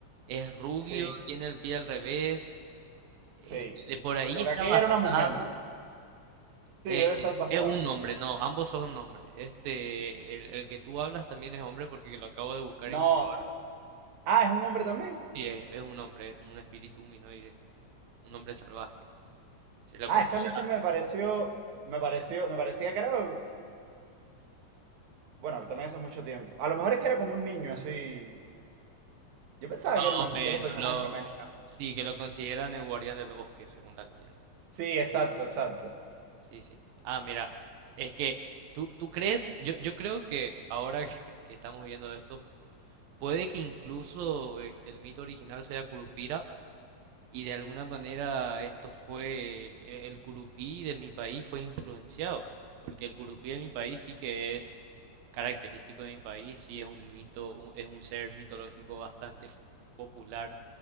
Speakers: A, on the right (about 80°); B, on the right (about 60°).
A: Es rubio,
B: Sí,
A: tiene el pie al revés. eh,
B: sí.
A: de por ahí
B: Lo
A: está
B: que aquella
A: basada.
B: era una mujer. Sí,
A: Eh,
B: debe estar basada.
A: es un hombre, no, ambos son nombres. Este, el, el que tú hablas también es hombre porque lo acabo de buscar
B: No.
A: y comprobar.
B: eh, Ah, es un hombre también.
A: y es, es un hombre, es un espíritu humanoide, un hombre salvaje. Se lo
B: Ah,
A: considera
B: es que a mí siempre me pareció, me pareció, me parecía que era, bueno, que también hace mucho tiempo. A lo mejor es que era como un niño, así. Yo pensaba
A: así más
B: que era, una-
A: o menos,
B: que era un personaje
A: lo,
B: femenino.
A: sí, que lo consideran el guardián del bosque, según la leyenda.
B: Sí, exacto, exacto.
A: Sí, sí. Ah, mira, es que tú, tú crees, yo, yo creo que ahora <laughs> que, que estamos viendo esto, puede que incluso este, el mito original sea Curupira Y de alguna manera esto fue, e- el curupí de mi país fue influenciado, porque el curupí de mi país sí que es característico de mi país, sí es un mito, u- es un ser mitológico bastante f- popular